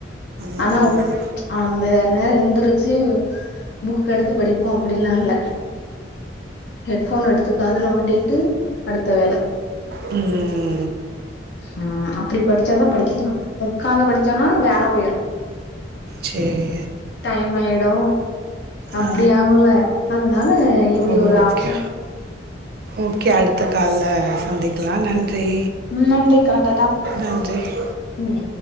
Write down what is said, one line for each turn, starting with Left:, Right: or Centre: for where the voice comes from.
Right: ம்
Left: ஆனா அந்த என்ன எந்துருச்சு புக் எடுத்து படிப்போ அப்டிலா இல்ல ஹெட் ஃபோன் எடுத்து காதுல மாட்டிட்டு அடுத்த வேல
Right: ம்
Left: ஆ அப்டி படிச்சாதா படிக்கலா ஒக்காந்து படிச்சோன்னா வேல போயிரு
Right: சேரி
Left: டையமாய்டு அப்டி
Right: ஆ
Left: ஆகுல அதனால இப்டி
Right: ஓகே
Left: ஒரு ஆப்ஷன் ஆஹ
Right: ஓகே அடுத்த கால்ல சந்திக்கலா நன்றி
Left: ம் நன்றிக் காட்டட்டா
Right: நன்றி
Left: ம்